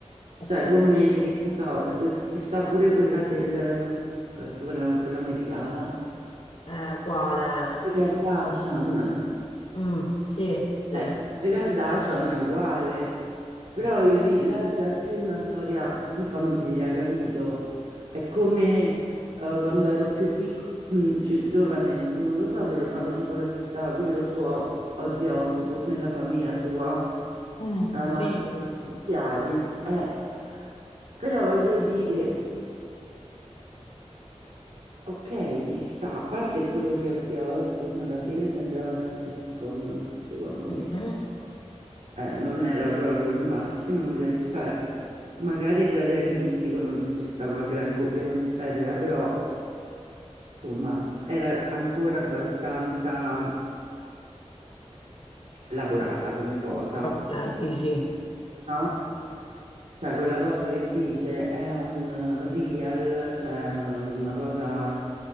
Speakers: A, on the left; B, on the right.
A: assurdo.
B: Cioè, come, che ne so, ci sta pure quella del, quella, quella- quella americana.
A: Eh, quale?
B: Le Kardashian,
A: Mm, sì, sì.
B: eh, le Kardashian è uguale, però
A: No.
B: io di là già è più una storia di famiglia, capito? È come eh, quando ero più piccola, più giovane, non lo so se lo fanno ancora, ci stava quello suo Ozzy Osbourne nella famiglia sua,
A: Mm,
B: la madre
A: sì.
B: di scoppiati, eh. Però voglio dire. Ok, ci sta. A parte quello di Ozzy Osbourne, alla fine sembrava una sitcom, secondo
A: Mhm.
B: me. Eh, non era proprio il massimo del... cioè, magari era realistico, non ci stava gran copione, eccetera, però, insomma, era ancora abbastanza lavorata come cosa,
A: Ok, sì, sì.
B: no? Cioè, quella cosa che dice è un eh, real, cioè una, una cosa